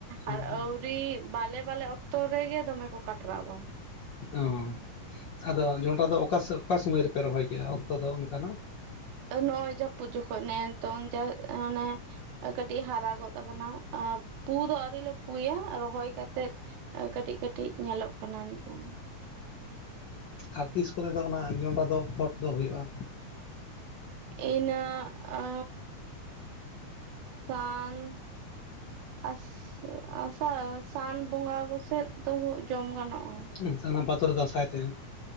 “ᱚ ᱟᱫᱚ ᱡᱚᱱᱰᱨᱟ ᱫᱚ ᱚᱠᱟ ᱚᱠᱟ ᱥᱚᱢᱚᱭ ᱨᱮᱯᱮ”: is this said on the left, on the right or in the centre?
Left